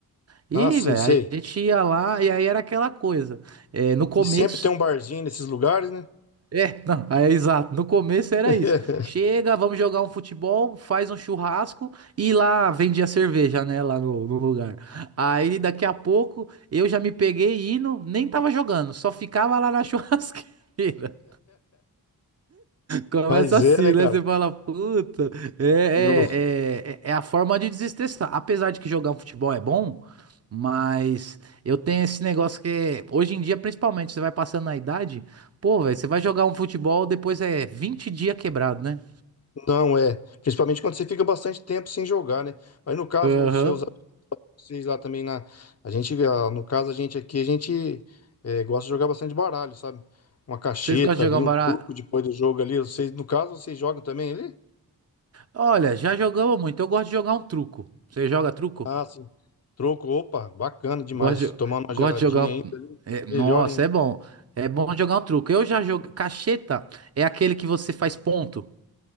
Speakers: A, on the right; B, on the left.
A: E,
B: Ah, sim,
A: velho,
B: sei.
A: a gente ia lá e aí era aquela coisa. É, no começo.
B: E sempre tem um barzinho nesses lugares, né?
A: É, não, é exato. No começo era
B: <laughs>
A: isso. Chega, vamos jogar um futebol, faz um churrasco e lá vendia cerveja, né? Lá no, no lugar. Aí daqui a pouco eu já me peguei indo, nem tava jogando, só ficava lá na <laughs> churrasqueira. Começa
B: Mas
A: assim,
B: é, né,
A: né?
B: cara?
A: Você fala, puta, é,
B: Não,
A: é, é, é é a forma de desestressar. Apesar de que jogar um futebol é bom, mas eu tenho esse negócio que é- hoje em dia, principalmente, você vai passando na idade, pô, velho, você vai jogar um futebol, depois é 20 dias quebrado, né?
B: não é. Principalmente quando você fica bastante tempo sem jogar, né? Mas no caso,
A: Aham.
B: os seus, vocês lá também na. A gente, ah, no caso, a gente aqui, a gente é, gosta de jogar bastante baralho, sabe? Uma cacheta
A: Vocês gostam de
B: ali,
A: jogar um
B: um
A: baralho?
B: truco depois do jogo ali. Vocês, no caso, vocês jogam também ali?
A: Olha, já jogamos muito. Eu gosto de jogar um truco. Você joga truco?
B: Ah, sim. Troco, opa, bacana demais.
A: Gosto
B: Tomar
A: de,
B: uma
A: gosto
B: geladinha
A: de jogar.
B: ainda,
A: um- é, nossa,
B: melhor ainda.
A: é bom. É bom jogar um truco. Eu já joguei. Cacheta é aquele que você faz ponto.